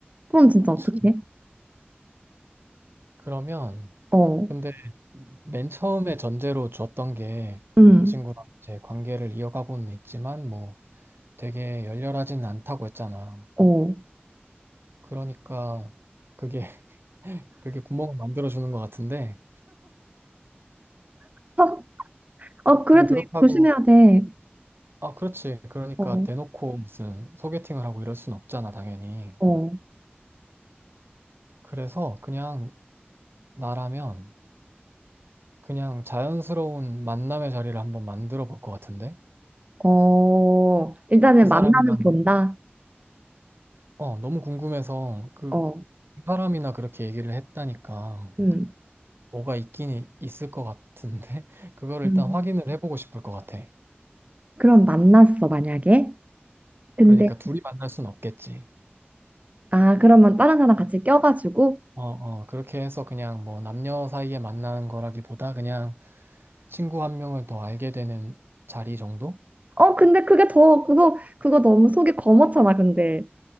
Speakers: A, on the right; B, on the right.
A: 그럼 진짜
B: 그치.
A: 어떻게 해?
B: 그러면,
A: 어.
B: 근데 맨 처음에 전제로 줬던 게
A: 응.
B: 그 친구랑 이제 관계를 이어가고는 있지만 뭐 되게 열렬하지는 않다고 했잖아.
A: 어.
B: 그러니까 그게, <laughs> 그게 구멍을 만들어주는 것 같은데.
A: <laughs> 어, 그래도
B: 근데 그렇다고,
A: 이거 조심해야 돼.
B: 아, 그렇지. 그러니까
A: 어.
B: 대놓고 무슨 소개팅을 하고 이럴 순 없잖아, 당연히.
A: 어.
B: 그래서 그냥 나라면 그냥 자연스러운 만남의 자리를 한번 만들어 볼 것 같은데?
A: 어, 일단은
B: 그
A: 음,
B: 사람이랑,
A: 만나는 본다.
B: 어, 너무 궁금해서 그
A: 어,
B: 사람이나 그렇게 얘기를 했다니까
A: 음,
B: 뭐가 있긴 이- 있을 것 같은데? <laughs> 그거를 일단
A: 음.
B: 확인을 해보고 싶을 것 같아.
A: 그럼 만났어, 만약에. 근데,
B: 그러니까 둘이 만날 순 없겠지.
A: 아, 그러면 다른 사람 같이 껴가지고.
B: 어, 어, 그렇게 해서 그냥 뭐 남녀 사이에 만나는 거라기보다 그냥 친구 한 명을 더 알게 되는 자리 정도?
A: 어, 근데 그게 더, 그거, 그거 너무 속이 검었잖아, 근데.